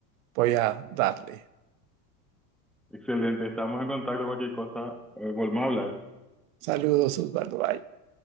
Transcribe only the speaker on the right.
voy a darle.
Saludos, Osvaldo. Bye.